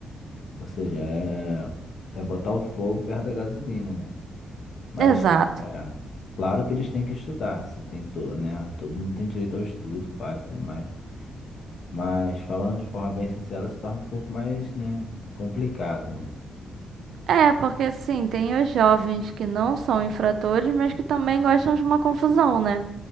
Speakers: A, on the left (about 55°); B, on the right (about 70°).
A: Ou seja, é, é botar o fogo perto da gasolina, né? Mas,
B: Exato.
A: é, claro que eles têm que estudar, se tem todo, né? Todo mundo tem direito ao estudo, pai, e tudo mais. Mas falando de forma bem sincera, se torna um pouco mais, né, complicado, né?
B: É, porque sim, tem os jovens que não são infratores, mas que também gostam de uma confusão, né?